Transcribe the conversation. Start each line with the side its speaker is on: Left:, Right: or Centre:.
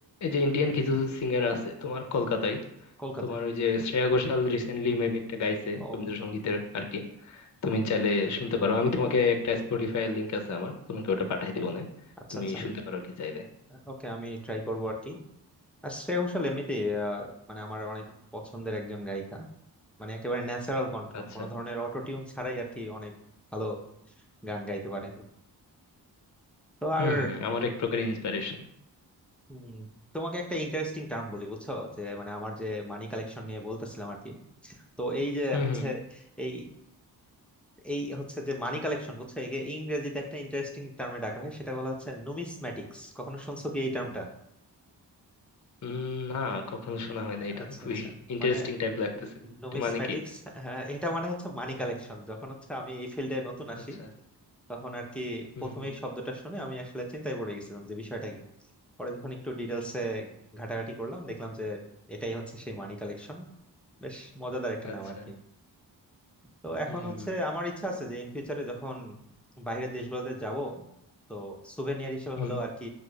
Left: এই যে ইন্ডিয়ান কিছু সিঙ্গার আছে তোমার কলকাতায়
Centre: কলকাতায়
Left: তোমার ওই যে শ্রেয়া ঘোষাল রিসেন্টলি মেবি একটা গাইছে
Centre: ও
Left: রবীন্দ্রসঙ্গীতের আর কি তুমি চাইলে শুনতে পারো আমি তোমাকে একটা স্পটিফাই লিংক আছে আমার তোমাকে ওটা পাঠাই দিব না
Centre: আচ্ছা
Left: তুমি
Centre: আচ্ছা
Left: শুনতে পারো আর কি চাইলে
Centre: ওকে আমি ট্রাই করবো আর কি আর শ্রেয়া ঘোষাল এমনিতেই আহ, মানে আমার অনেক পছন্দের একজন গায়িকা মানে একেবারে ন্যাচারাল কণ্ঠ
Left: আচ্ছা
Centre: কোনো ধরনের অটোটিউন ছাড়াই আর কি অনেক ভালো গান গাইতে পারে তো আর
Left: হুম হুম আমার এক প্রকার ইন্সপিরেশন
Centre: উম, তোমাকে একটা ইন্টারেস্টিং টার্ম বলি বুঝছো যে মানে আমার যে মানি কালেকশন নিয়ে বলতেছিলাম আর কি তো এই যে
Left: হুম
Centre: হচ্ছে
Left: হুম
Centre: এই এই হচ্ছে যে মানি কালেকশন বুঝছো একে ইংরেজিতে একটা ইন্টারেস্টিং টার্মে ডাকা হয় সেটা বলা হচ্ছে নুমিসম্যাটিক্স কখনো শুনছো কি এই টার্মটা
Left: উম, না কখনো শোনা হয় না এটা
Centre: আচ্ছা
Left: তো খুবই
Centre: আচ্ছা
Left: ইন্টারেস্টিং
Centre: মানে
Left: টাইপ লাগতেছে
Centre: নুমিসম্যাটিক্স
Left: এটা মানে কি
Centre: হ্যাঁ, এটা মানে হচ্ছে মানি কালেকশন যখন হচ্ছে আমি এই ফিল্ডে নতুন আসি
Left: আচ্ছা
Centre: তখন আর কি
Left: হুম
Centre: প্রথমে
Left: হুম
Centre: এই শব্দটা শুনে আমি আসলে চিন্তায় পড়ে গেছিলাম যে বিষয়টা কি পরে যখন একটু ডিটেলসে ঘাটাঘাটি করলাম দেখলাম যে এটাই হচ্ছে সেই মানি কালেকশন বেশ মজাদার একটা
Left: আচ্ছা
Centre: নাম আর কি তো এখন
Left: হুম
Centre: হচ্ছে
Left: হুম
Centre: আমার ইচ্ছা আছে যে ইন ফিউচারে যখন বাইরের দেশগুলোতে যাব তো সুভেনিয়ার হিসেবে
Left: হুম,
Centre: হলেও আর কি